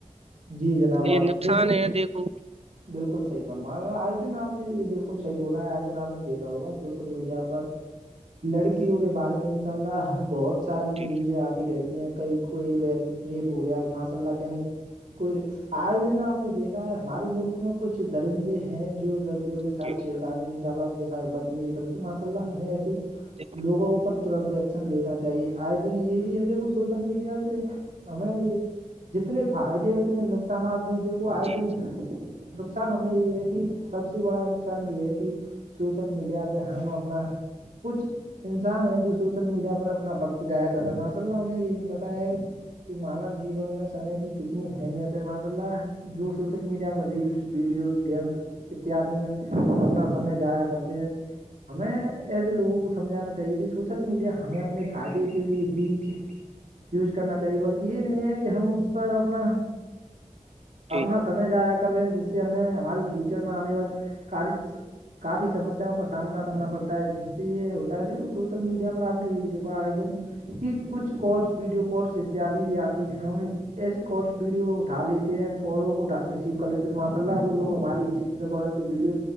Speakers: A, on the right; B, on the right.
A: جی جناب آپ
B: یہ نقصان
A: دیکھو
B: ہے دیکھو
A: بالکل صحیح پرمار آئے دن آپ نے یہ بالکل صحی بولا ہے آئے دن آپ نے دیکھا ہوگا سوشل میڈیا پر لڑکیوں کے بارے میں انشاء اللہ بہت ساری
B: ٹھیک
A: نیوزیں آتی رہتی ہیں کہیں کوئی ری ریپ ہو گیا ماشاء اللہ کہیں کوئی آئے دن آپ نے دیکھا ہے ہمارے ملک میں کچھ درندے ہیں جو لڑکے کے سھ
B: جی
A: چھڑکانے ان شاءلہ ان کے سھ ب کر ماشاء اللہ ہمیں ایسے
B: جی
A: لووںوپر ترنت ہے ن لینا چاہیے آج دن یہ بھی ہے دیکھو سوشل میڈیا سے ہمیں یہ جتنے فائدے ہیں اتنے نقصانات میں دیکھو آئے
B: جی
A: دن نقصان ہمیں یہ ہے کہ سب سے بڑا نقصان یہ ہے کہ سوشل میڈیا پہ ہم اپنا کچھ انسان ہے جو سوشل میڈیا پر اپنا وقت جایا کر رہے ہیں ماشا اللہ انہیں یہ نہیں پتا ہے کہ مانو جیون میں سمے کی کتنی اہمیت ہے مش اللہ جو سوشل میڈیا پر ریلس ویڈیوز گیمس اتیادی میں اپنا سمے جایا کرتے ہیں ہمیں ایسے لوگوں کو سمجھانا چاہیے کہ سوشل میڈیا ہمیں اپنے فائدے کے لیے ہی یوز کرنا چاہیے بلکہ یہ نہیں ہے کہ ہم اس پر اپنا
B: جی
A: اپنا سمے جایا کر رہے ہیں جس سے ہمیں ہماری فیوچر میں آنے والی ک کافی سمسیاں کا سامنا کرنا پڑتا ہے جس سے یہ ہوتا ہے دیکھو سوشل میڈیا پر آپ نے یہ بھی دیکھا آئے دن- کہ کچھ کالس ویڈیو کالس اتیادی بھی آتی ہے ہمیں- ایسی کالس ویڈیو اٹا لیتے ہیں کالوں کو ریسیو کر لیتے ہیں تو ماشاء اللہ وہ لوگ ہماری اسکرین ک- ویڈیو